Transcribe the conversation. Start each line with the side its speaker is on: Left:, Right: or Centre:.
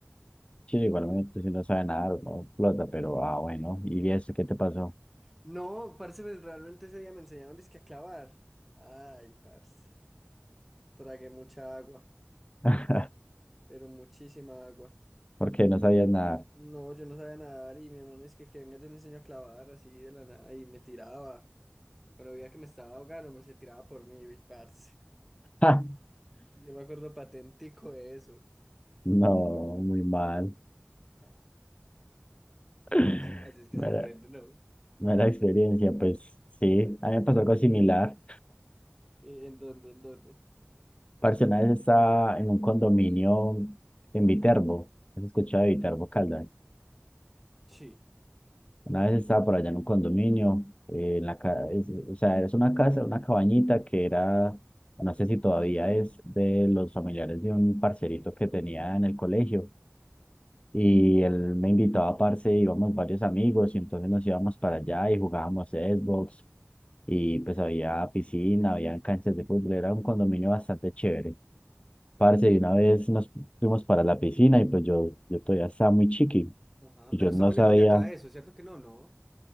Left: Sí, igualmente, si no sabe nadar, no flota, pero ah, bueno. ¿Y eso qué te pasó?
Centre: No, parce, pues realmente ese día me enseñaron dizque a clavar. Ay, parce, tragué mucha agua,
Left: <laughs>
Centre: pero muchísima agua.
Left: ¿Por qué no sabías nadar?
Centre: No, yo no sabía nadar y mi hermano es que, que venga, yo le enseño a clavar así de la nada y me tiraba. Cuando veía que me estaba ahogando, me se tiraba por mí, y parce.
Left: <laughs>
Centre: Yo me acuerdo patentico de eso.
Left: No, muy mal. <laughs>
Centre: Así es que
Left: Mala,
Centre: se aprende, ¿no?
Left: mala experiencia, pues sí. A mí me pasó algo similar.
Centre: Eh, ¿En dónde? ¿En dónde?
Left: Parce, una vez estaba en un condominio en Viterbo, ¿has escuchado de Viterbo, Caldas?
Centre: Sí.
Left: Una vez estaba por allá en un condominio, eh, en la ca- es- o sea, es una casa, una cabañita que era, no sé si todavía es de los familiares de un parcerito que tenía en el colegio. Y él me invitaba, parce, íbamos varios amigos y entonces nos íbamos para allá y jugábamos Xbox y pues había piscina, había canchas de fútbol, era un condominio bastante chévere. Parce, y una vez nos fuimos para la piscina y pues yo, yo todavía estaba muy chiqui.
Centre: Ajá,
Left: y
Centre: pero
Left: Yo
Centre: está
Left: no
Centre: muy
Left: sabía,
Centre: lejos de acá eso, ¿cierto que no? No,